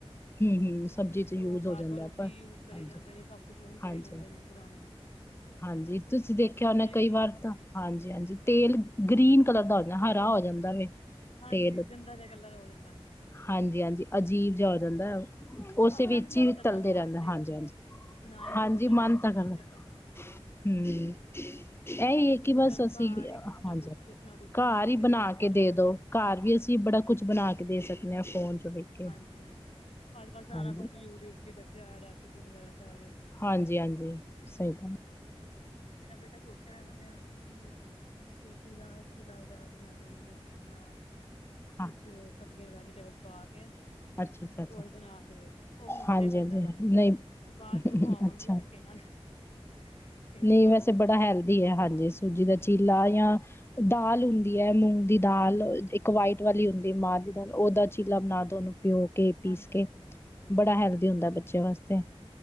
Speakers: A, on the left; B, on the left.
A: ਹੂੰ, ਹੂੰ ਸਬਜ਼ੀ ਚ
B: ਤੇ
A: ਯੂਜ
B: ਉਹ ਬਾਰ-ਬਾਰ
A: ਹੋ ਜਾਂਦਾ
B: ਉਹੀ
A: ਹੈ ਪਰ
B: ਯੂਜ ਕਰੀ
A: ਹਾਂਜੀ,
B: ਜਾਂਦੇ ਨੇ ਸਭ ਕੁਛ ਉਹੀ ਕਰੀ
A: ਹਾਂਜੀ,
B: ਜਾਂਦੇ ਨੇ ਪੁਰਾਨਾ।
A: ਹਾਂਜੀ ਤੁਸੀਂ ਦੇਖਿਆ ਹੋਨਾ ਕਈ
B: ਨੀ
A: ਵਾਰ
B: ਐ
A: ਤਾਂ ਹਾਂਜੀ-ਹਾਂਜੀ ਤੇਲ ਗ੍ਰੀਨ ਕਲਰ ਦਾ ਹੋ ਜਾਂਦਾ ਹਰਾ ਹੋ ਜਾਂਦਾ ਵੇ।
B: ਹਾਂਜੀ
A: ਤੇਲ
B: ਗੰਦਾ ਜਿਹਾ ਕਲਰ ਹੋ ਜਾਂਦਾ।
A: ਹਾਂਜੀ-ਹਾਂਜੀ ਅਜੀਬ ਜਾ ਹੋ ਜਾਂਦਾ ਉਹ। ਉਸੇ
B: ਆਪਣਾ
A: ਵਿੱਚ
B: ਵੀ ਨੀ ਮਨ
A: ਹੀ
B: ਕਰਦਾ
A: ਤਲਦੇ
B: ਖਾਣ
A: ਰਹਿੰਦੇ
B: ਤੇ
A: ਹਾਂਜੀ-ਹਾਂਜੀ
B: ਤੇ ਨਾ ਹੀ
A: ਹਾਂਜੀ
B: ਫਿਰ ਬੱਚਿਆਂ
A: ਮਨ
B: ਨੂੰ ਦੇਣ ਤੇ
A: ਤਾਂ ਕਰ ਹੂੰ।
B: ਕਰਦਾ
A: ਐਹੀ ਹੈ
B: ਤੇ
A: ਕਿ
B: ਬੱਚਿਆਂ
A: ਬਸ
B: ਨੂੰ
A: ਅਸੀਂ,
B: ਘਰ ਹੀ ਕੁਛ ਨਾ
A: ਹਾਂਜੀ
B: ਕੁਛ ਕੁਛ ਨਾ ਕੁਛ
A: ਘਰ ਹੀ ਬਣਾ
B: ਦਿਓ ਜਾਂ
A: ਕੇ
B: ਚਿਲਾ
A: ਦੇ ਦੋ।
B: ਵਗੈਰਾ ਦੇ
A: ਘਰ ਵੀ ਅਸੀਂ ਬੜਾ ਕੁਛ ਬਣਾ ਕੇ ਦੇ ਸਕਦੇ। ਹਾਂ ਫੋਨ ਚੋਂ ਵੇਖ ਕੇ।
B: ਹਾਂਜੀ, ਹਾਂਜੀ ਅੱਜ ਕੱਲ੍ਹ ਸਾਰਾ
A: ਹਾਂਜੀ,
B: ਕੁਛ ਹੀ। ਯੂਟਿਊਬ 'ਚ ਦੱਸਿਆ ਆ ਰਿਆ ਰੈਸਪੀ ਵਗੈਰਾ ਸਾਰੀ।
A: ਹਾਂਜੀ, ਹਾਂਜੀ ਸਹੀ ਗੱਲ
B: ਮੇਰਾ ਬੇਟਾ ਛੋਟਾ ਹੈ, ਮੈਂ ਉਹਨੂੰ ਉਹ ਸੂਜੀ ਦਾ ਚੀਲਾ ਵਗੈਰਾ, ਬਣਾ ਦੋ ਜਾਂ ਰੇਸਨ ਦਾ। ਕੁਛ
A: ਹਾਂ
B: ਸਬਜ਼ੀਆਂ, ਵੈਜੀਟੇਬਲਸ ਪਾ ਕੇ। ਤੇ
A: ਅੱਛਾ-ਅੱਛਾ-ਅੱਛਾ
B: ਉਹੀ ਬਣਾ ਕੇ ਦੇਂਦੇ ਉਹ ਵੀ ਨਖਰੇ
A: ਹਾਂਜੀ-ਹਾਂਜੀ
B: ਕਰਦਾ, ਪਹਿਲੇ। ਤੇ
A: ਨਹੀਂ
B: ਬਾਅਦ ਚੋਂ ਖਵਾਂਗੀ
A: ਅੱਛਾ।
B: ਧੱਕੇ ਨਾਲ। ਕਿ ਇਹਨੂੰ
A: ਨਹੀਂ
B: ਖਾਓ।
A: ਵੈਸੇ ਬੜਾ ਹੈਲਦੀ ਹੁੰਦੀ ਹੈ ਹਾਂਜੀ, ਸੂਜੀ ਦਾ ਚੀਲਾ ਜਾਂ ਦਾਲ ਹੁੰਦੀ ਹੈ ਮੂੰਗ ਦੀ ਦਾਲ ਇਕ ਇਕ ਵਾਇਟ
B: ਹਾਂਜੀ,
A: ਵਾਲੀ ਹੁੰਦੀ ਮਾਂ ਦੀ ਦਾਲ ਓਹਦਾ ਚੀਲਾ ਬਣਾ ਦੋ ਉਹਨੂੰ ਪਿਓ ਕੇ ਪੀਸ
B: ਹਾਂਜੀ,
A: ਕੇ।
B: ਹਾਂਜੀ।
A: ਬੜਾ ਹੈਲਦੀ ਹੁੰਦਾ ਬੱਚਿਆਂ ਵਾਸਤੇ।